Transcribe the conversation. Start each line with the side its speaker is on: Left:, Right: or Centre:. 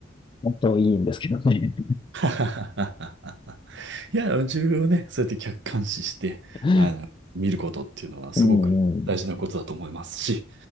Left: 本当いいんですけどね。
Right: <laughs> いや、自分をね、そうやって客観視して、
Left: <laughs>
Right: あの、見ることっていうのはすごく大事なことだと思いますし、
Left: うんうん。